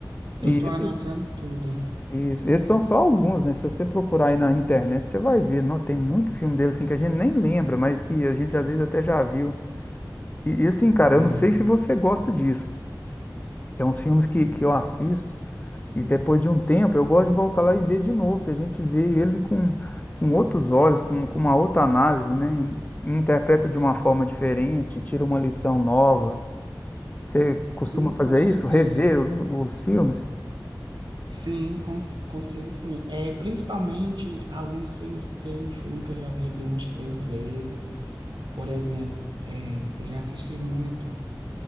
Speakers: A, on the right; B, on the left.
A: Eu
B: E
A: tô
B: esses.
A: anotando tudo.
B: Isso. Esses são só alguns, né? Se você procurar aí na internet, você vai ver. Não, tem muito filme dele assim que a gente nem lembra, mas que a gente às vezes até já viu. E, e, assim, cara,
A: Uhum.
B: eu não sei se você gosta disso. Tem uns filmes que, que eu assisto e depois de um tempo eu gosto de voltar lá e ver de novo, que a gente vê ele com, com outros olhos, com, com uma outra análise, né? Interpreta de uma forma diferente, tira uma lição nova. Você costuma
A: Sim, com
B: fazer
A: certeza.
B: isso? Rever o- os filmes?
A: Sim, cons consigo sim. É, principalmente alguns filmes, tem filme que eu já vi ali umas três vezes. Por exemplo, é, eu já assisti muito.